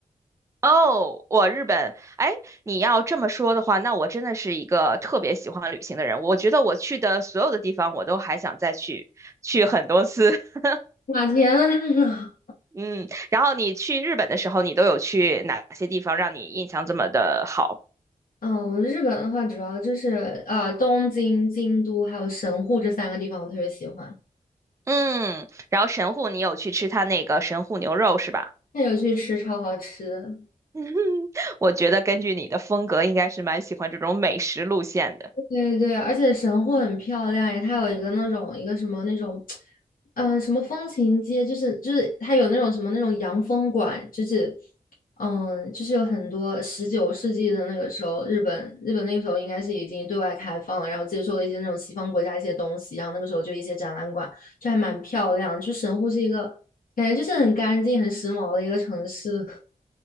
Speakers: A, on the right; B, on the left.
A: 哦，我日本，哎，你要这么说的话，那我真的是一个特别喜欢旅行的人。我觉得我去的所有的地方，我都还想再去去很多次。<laughs>
B: 哇，天呐！
A: 嗯，然后你去日本的时候，你都有去哪些地方让你印象这么的好？
B: 嗯，我日本的话，主要就是呃东京、京都还有神户这三个地方，我特别喜欢。
A: 嗯，然后神户你有去吃他那个神户牛肉是吧？
B: 那有去吃，超好吃。
A: <laughs> 我觉得根据你的风格，应该是蛮喜欢这种美食路线的。
B: 对对，而且神户很漂亮诶，它有一个那种一个什么那种，呃，什么风情街，就是就是它有那种什么那种洋风馆，就是嗯，就是有很多十九世纪的那个时候，日本日本那个时候应该是已经对外开放了，然后接受了一些那种西方国家一些东西，然后那个时候就一些展览馆，就还蛮漂亮。就神户是一个感觉就是很干净、很时髦的一个城市。